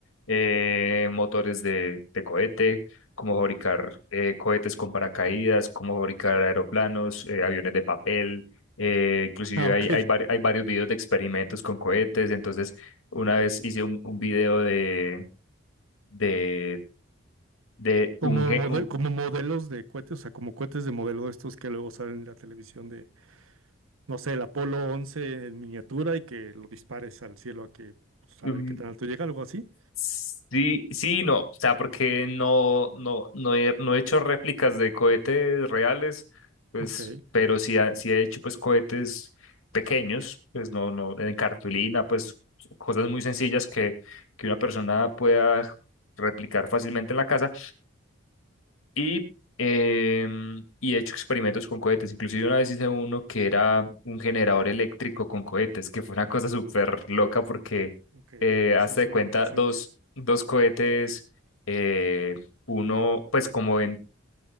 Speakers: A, on the left; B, on the right.
A: eh, motores de, de cohete, cómo fabricar eh, cohetes con paracaídas, cómo fabricar aeroplanos, eh, aviones de papel. eh, inclusive
B: Ah, ok.
A: hay, hay, vari- hay varios videos de experimentos con cohetes. Entonces, una vez hice un, un video de, de, de
B: Como,
A: un, gen
B: mode- como modelos de cohetes, o sea, como cohetes de modelo de estos que luego salen en la televisión de, no sé, el Apolo 11 en miniatura y que lo dispares al cielo a que, pues,
A: Mm,
B: a ver qué tan alto llega, algo así.
A: Sí, sí, y no, o sea, porque no, no, no he, no he hecho réplicas de cohetes reales, pues,
B: Ok,
A: pero sí, ha- sí he hecho pues cohetes pequeños, pues no, no, en cartulina, pues cosas muy sencillas que, que una persona pueda replicar fácilmente en la casa, y, em, y he hecho experimentos con cohetes. Inclusive una vez hice uno que era un generador eléctrico con cohetes, que fue una cosa súper loca porque
B: ok.
A: eh, hazte
B: Sí, suena
A: de cuenta
B: interesante.
A: dos, dos cohetes, eh, uno pues como en,